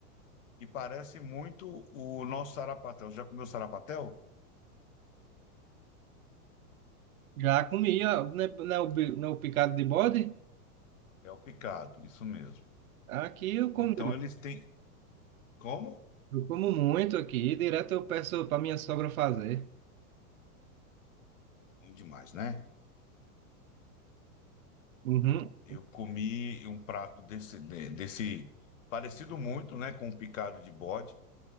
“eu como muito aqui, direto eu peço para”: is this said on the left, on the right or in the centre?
Right